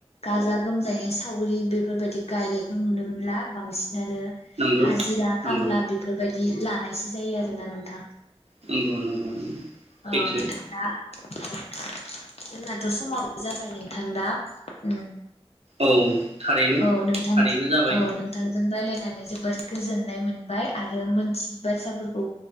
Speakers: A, on the left; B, on the right.
A: गाजा गोमजायै सावरि बेफोरबायदि गायनायखौ नुनो मोन मोनला बांसिन बिदिनो
B: नंगौ
A: हाजिरा
B: नंगौ
A: खामला बेफोरबायदि बिदि लानायसो जायो आरोना नोंथां
B: नंगौ नंगौ नंगौ सैथो
A: औ नोंथांदा औ जोंनाथ' समाबो जाबाय नोंथां दा उम
B: औ थारैनो
A: औ नोंथां
B: थारैनो जाबाय
A: औ नोंथांजों रायलायनानै जोबोद गोजोननाय मोनबाय आरो मोनथियै बाथ्राफोरखौ